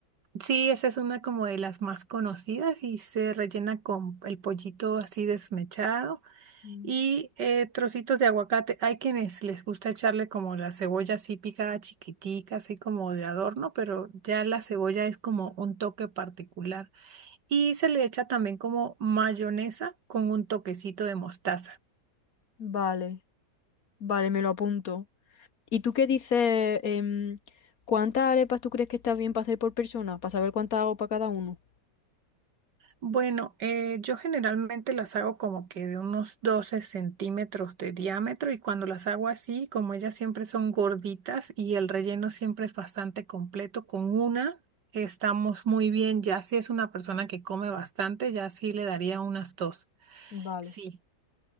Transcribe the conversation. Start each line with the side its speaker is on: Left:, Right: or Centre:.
Right: Sí, esa es una como de las más conocidas y se rellena con el pollito así desmechado
Left: Mm.
Right: y eh, trocitos de aguacate. Hay quienes les gusta echarle como la cebolla así picada chiquitica, así como de adorno, pero ya la cebolla es como un toque particular. Y se le echa también como mayonesa con un toquecito de mostaza.
Left: Vale, vale, me lo apunto. ¿Y tú qué dices? em, ¿cuántas arepas tú crees que está bien para hacer por persona? Para saber cuántas hago para cada uno.
Right: Bueno, eh, yo generalmente las hago como que de unos 12 centímetros de diámetro y cuando las hago así, como ellas siempre son gorditas y el relleno siempre es bastante completo, con una estamos muy bien, ya si es una persona que come bastante, ya sí le daría unas dos.
Left: Vale,
Right: Sí.